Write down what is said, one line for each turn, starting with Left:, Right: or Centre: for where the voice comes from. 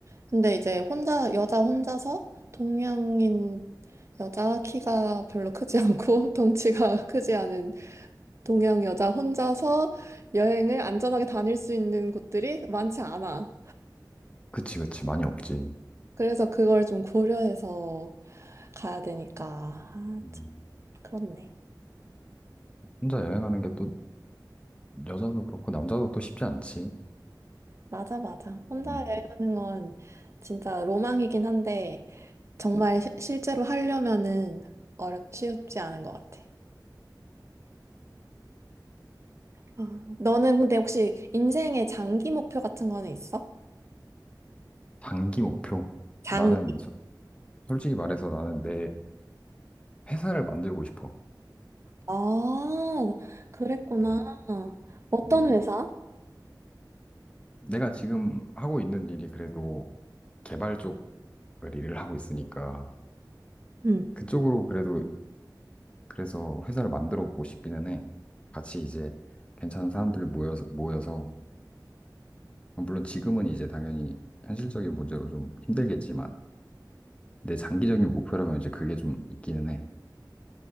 Right: 근데 이제 혼자, 여자 혼자서 동양인 여자 키가 별로 크지 않고 <laughs> 덩치가 <laughs> 크지 않은 동양 여자 혼자서 여행을 안전하게 다닐 수 있는 곳들이 많지 않아.
Left: 그치, 그치, 많이 없지.
Right: 그래서 그걸 좀 고려해서 가야 되니까. 아,
Left: 음,
Right: 참, 그렇네.
Left: 혼자 여행하는 게 또, 여자도 그렇고, 남자도 또 쉽지 않지.
Right: 맞아, 맞아. 혼자
Left: 음,
Right: 여행하는 건 진짜 로망이긴 한데, 정말 시- 실제로 하려면은 어렵, 쉽지 않은 것 같아. 아, 너는 근데 혹시 인생의 장기 목표 같은 거는 있어?
Left: 장기 목표.
Right: 장,
Left: 나는, 소- 솔직히 말해서 나는 내 회사를 만들고 싶어.
Right: 아, 그랬구나.
Left: 음,
Right: 어떤
Left: 음.
Right: 회사?
Left: 내가 지금 하고 있는 일이 그래도 개발 쪽을 일을 하고 있으니까
Right: 응.
Left: 그쪽으로 그래도 그래서 회사를 만들어 보고 싶기는 해. 같이 이제 괜찮은 사람들 모여서 모여서 물론 지금은 이제 당연히 현실적인 문제로 좀 힘들겠지만 내 장기적인 목표라면 이제 그게 좀 있기는 해.